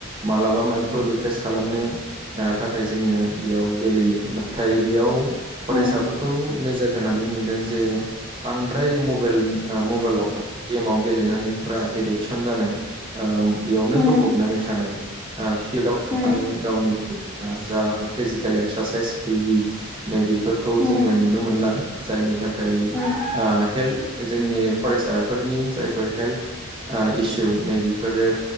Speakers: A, on the right; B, in the centre.
A: मालाबा माइन्डखौ रिफ्र्रेस खालामनो ओ थाखाय जोङो बेयाव गेलेयो नाथाय बेयाव फरायसाफोरखौ
B: उम
A: नोजोर होनानै नुदों जे बांद्राय मबाइल मबाइलाव गेमाव गेलेनानैफ्रा एडिकसन जानाय ओ बेयावनो
B: उम
A: गोफबनानै थानाय ओ फिल्डआव थांनानै
B: उम
A: गावनि जा फिजिकेल एक्सारसाइस गैयि नै बेफोरखौ
B: उम
A: जोङो नुनो मोनला जायनि थाखाय
B: उम
A: ओ हेल्थ जोंनि फरायसाफोरनि जायफोर हेल्थ ओ इसु नै बेफोरो